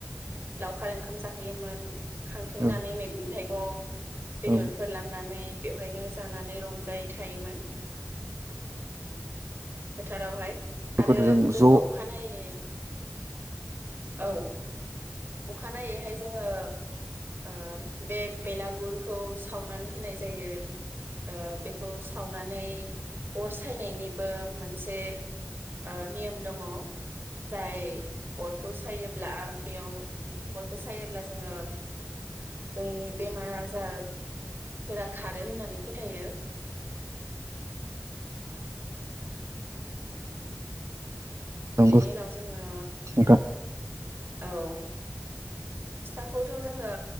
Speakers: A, on the right; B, on the right.
A: लावखार ओंखाम जाहैयोमोन। खांथिंनानै
B: औ
A: मैगं थाइगं बेदरफोर
B: औ
A: लांनानै बेवहायनो जानानै रंजायै थायोमोन। फोथारावहाय
B: गुफुरजों
A: आरो जोङो
B: ज'
A: अखानायै औ अखानायैहाय जोङो ओ बे बेलागुरखौ सावनानै होनाय जायो ओ बेखौ सावनानै अर सायनायनिबो मोनसे ओ नियम दङ जाय अरखौ सायोब्ला बेयाव अरखो सायोब्ला जोङो जोंनि बेमार आजारफोरा खारो होननानै फोथायो।
B: नंगौ
A: बेनि उनाव जोङो
B: नोंथां
A: औ। फिथाखौथ' जोङो